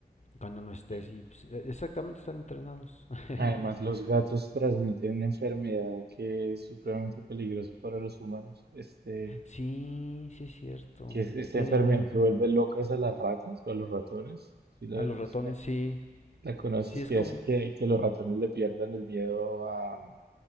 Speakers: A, on the left (about 45°); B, on the right (about 75°).
A: cuando no estés
B: Y
A: y pues, e- exactamente están entrenados. <laughs>
B: además los gatos transmiten una enfermedad que es supremamente peligrosa para los humanos. Este,
A: Sí, sí es cierto.
B: que es esta
A: Tienen
B: enfermedad
A: ahí
B: que
A: un...
B: vuelve locas a las ratas o a los ratones. Si la,
A: A los ratones,
B: si la-
A: sí.
B: la conoces,
A: Sí es
B: que
A: como...
B: hace que, que los ratones le pierdan el miedo a,